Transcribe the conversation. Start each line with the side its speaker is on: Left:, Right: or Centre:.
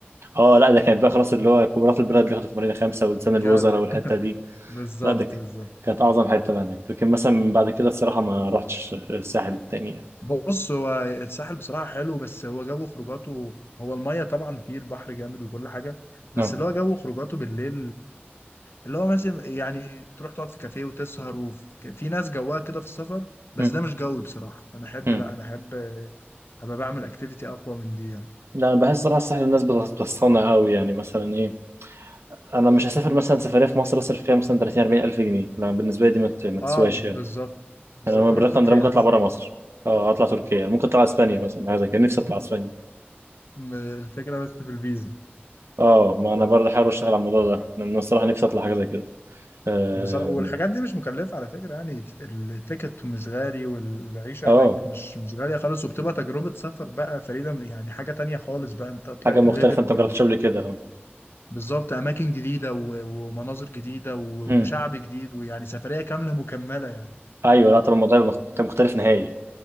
Right: اه لا ده كانت بقى خلاص اللي هو كبارات البلد بياخدوا في مارينا خمسة وزن
Left: جدع
Right: الوزراء والحته دي
Left: بالظبط
Right: لا ده ك-
Left: بالظبط
Right: كانت أعظم حتة بقى هناك لكن مثلا من بعد كده الصراحة ما رحتش الساحل تاني يعني
Left: بص هو الساحل بصراحة حلو بس هو جو خروجاته هو المية طبعا فيه البحر جامد وكل حاجة بس
Right: نعم
Left: اللي هو جو خروجاته بالليل اللي هو مثلا يعني تروح تقعد في كافيه وتسهر وفي في ناس جواها كده في السفر بس
Right: مم.
Left: ده مش جوي بصراحة أنا أحب
Right: مم.
Left: لا أنا أحب أبقى بعمل أكتيفيتي أقوى من دي يعني
Right: لا أنا بحس صراحة الساحل الناس بت- بتصطنع قوي يعني مثلا إيه أنا مش هسافر مثلا سفرية في مصر أصرف فيها مثلا 30 40 ألف جنيه لا بالنسبة لي دي ما ت- ما تسواش
Left: أه بالظبط
Right: يعني
Left: بالظبط
Right: أنا بالرقم
Left: أروح تركيا
Right: ده ممكن أطلع
Left: أحسن
Right: بره مصر اه اطلع تركيا أنا ممكن اطلع اسبانيا مثلا حاجه زي كده نفسي اطلع اسبانيا
Left: م- الفكرة بس في الفيزا
Right: اه ما انا برضه حابب اشتغل على الموضوع ده لان أنا الصراحه نفسي اطلع حاجه زي كده آم،
Left: بصراحة والحاجات دي مش مكلفة على فكرة يعني التيكت مش غالي والعيشة
Right: اه
Left: هناك مش مش غالية خالص وبتبقى تجربة سفر بقى فريدة يعني حاجة تانية خالص بقى انت طلعت
Right: حاجه مختلفه
Left: الليفل
Right: انت
Left: تاني
Right: ما جربتش قبل كده اه
Left: بالظبط أماكن جديدة و- ومناظر جديدة و-
Right: مم.
Left: وشعب جديد ويعني سفرية كاملة مكملة يعني
Right: ايوه لا طب الموضوع يبقى مخت- مختلف نهائي